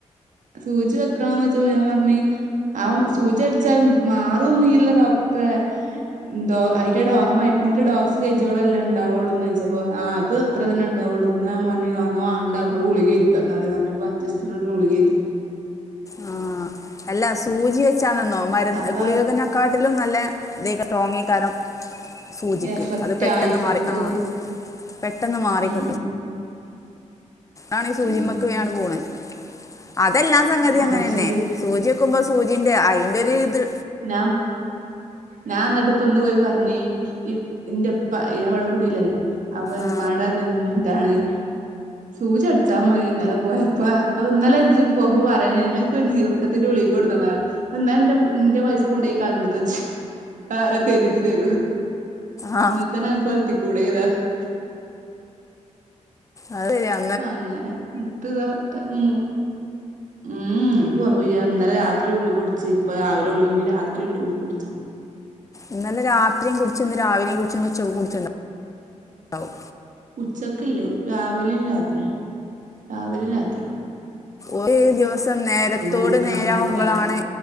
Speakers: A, on the right; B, on the left.
A: സൂചി വെക്കണോന്നോയ്ച്ചപ്പോ ഞാൻ പറഞ്ഞ് അത്‌ സൂചി വെച്ചാലൊന്നും മാറ്വൊന്നൂല്ല ഡോക്ടറേ ഇന്തോ അയിന്റെ ഡോ ആ മരുന്നിന്റെ ഡോസ് കജ്ജോളല്ലേ ഇണ്ടാവുള്ളൂന്നോയ്ച്ചപ്പോ ആഹ് അത് അത്ര തന്നെണ്ടാവൊള്ളൂ എന്നാ ഞാൻ പറഞ്ഞ് അന്നാവാണ്ട ഇങ്ങള് ഗുളികേഴ്തി തന്നോള്ന്നർഞ്ഞപ്പൊ അഞ്ചീസ്ത്തിനുള്ള ഗുളികേഴ്തി
B: ആഹ് അല്ല സൂചിവെച്ചാണെന്നോ മരുന്ന്
A: അപ്പൊ
B: എഹ് ഗുളിക തന്നെ കാട്ടിലും നല്ല <unintelligible> സൂചിക്ക്
A: എഫക്റ്റ്
B: അത് പെട്ടെന്ന്
A: ആ എഫക്റ്റ്
B: മാറി
A: കേറും
B: ആഹ് പെട്ടെന്ന് മാറിക്കിട്ടും
A: ഉം ഉം
B: അണീ സൂചിമ്മക്ക്
A: ഉം
B: വേണ് പോണ് അതെല്ലാ സംഗതി
A: ആ
B: അങ്ങനെന്നെ
A: പക്ഷെ
B: സൂചിവെക്കുമ്പോ സൂചിന്റെ അയിന്റൊര്ത്
A: നാം ഞാന്നട്ട് ഇപ്പ ഇന്ന് പോയി പർഞ് ഇ ഇന്റെ ഇപ്പാ ഞാ ഇവട കുടീലല്ലേ അപ്പ ഞാൻ
B: ആ
A: ഇപ്പാനോട് പർഞ് ദാണ് സൂജി അട്ച്ചാ മത്യേനി ഇന്നലെ പോയപ്പ അപ്പം ഇന്നലെ ഇജ്ജ് പോവുമ്പ പറയാ <unintelligible> ഇൻക്കൊര് നീരർക്കത്തിന്റെ ഗുളിക കൊട്ന്നതാ. ന്നാ ഇന്റെ ഇന്റെ പൈസ കൊണ്ടയി കൾഞത് ചോയിച് ആരാ തര ഇജ്ജ് തെരോ
B: ആ
A: ഇന്നൽ തന്നെ അൻക്ക് <unintelligible>
B: അത് ശരിയാ
A: അങ്ങനെ എന്ന്ട്ട് താ <unintelligible> ഉം ഉം ഒരു കൊർവുയ്യ ഇന്നലെ രാത്രി ഗുളിക കുട്ച് ഇപ്പൊ രാവിലെ ഗുളിക ഇഞ് രാത്രി ഇണ്ട് ഗുളിക കുട്ച്ചാൻ.
B: ഇന്നലെ രാത്രി കുട്ച്ച് ഇന്ന് രാവിലേം കുട്ച്ച് ഇന്ന് ഉച്ചക്കും കുടിച്ണ്ടാണ്ടാവും
A: ഉച്ചക്ക്ല്ല രാവിലിം രാത്രി രാവിലിം രാത്രിയൊള്ളു.
B: ഒരു ദിവസം നേരത്തോട്
A: കുടിക്കണ
B: നേരാവുമ്പളാണ്
A: മുന്നത്തെ രാവിലത്തെ